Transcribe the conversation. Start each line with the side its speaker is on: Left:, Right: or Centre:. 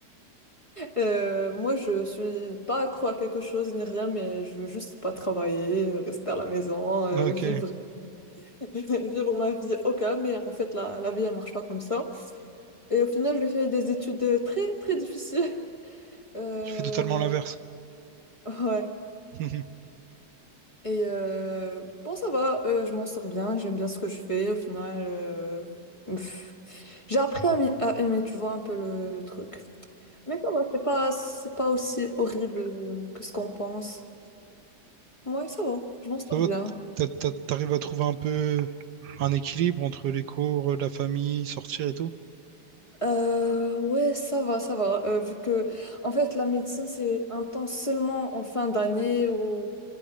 Left: Euh, moi, je suis pas accro à quelque chose ni rien, mais je veux juste pas travailler, euh, rester à la maison, euh,
Right: Ah, ok.
Left: vivre, <laughs> vivre ma vie au calme. Mais en fait, la, la vie, elle marche pas comme ça. Et au final, j'ai fait des études euh, très, très difficiles. <laughs> Euh,
Right: Tu fais totalement l'inverse.
Left: ouais.
Right: <laughs>
Left: Et euh, bon, ça va, euh, je m'en sors bien, j'aime bien ce que je fais. Au final, euh, pff, j'ai appris à, m'y- à aimer, tu vois, un peu le, le truc. Mais ça va, c'est pas, c'est pas aussi horrible euh, que ce qu'on pense. Ouais, ça va, je m'en sors
Right: Ça va,
Left: bien.
Right: t'a- t'a- t'arrives à trouver un peu un équilibre entre les cours, la famille, sortir et tout?
Left: Euh, ouais, ça va, ça va. Euh, vu que, en fait, la médecine, c'est intense seulement en fin d'année ou